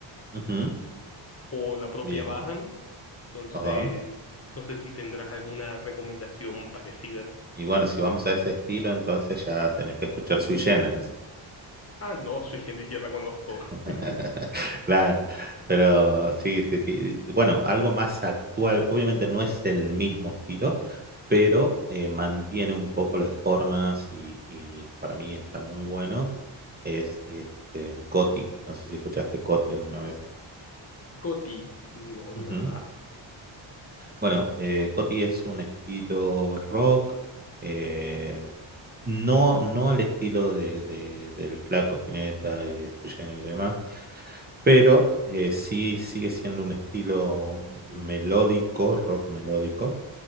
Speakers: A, on the right; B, on the left.
A: ujú,
B: o la propia
A: bien.
B: Bajan. Entonces,
A: Ajá.
B: no sé si tendrás alguna recomendación parecida.
A: Y bueno, si vamos a ese estilo, entonces ya tenés que escuchar Sui Generis.
B: Ah, no, Sui Generis ya la conozco.
A: <laughs>
B: <laughs>
A: Claro, pero sí, sí, sí. Bueno, algo más actual, obviamente no es el mismo estilo, pero eh, mantiene un poco las formas y, y para mí está muy bueno. Es este, en Coti, no sé si escuchaste Coti alguna vez.
B: Coti, no, nada.
A: Ujú. Bueno, eh, Coti es un estilo rock, eh, no, no al estilo de, de- del Flaco Spinetta y de Fusion y demás, pero eh, sí sigue siendo un estilo melódico, rock melódico,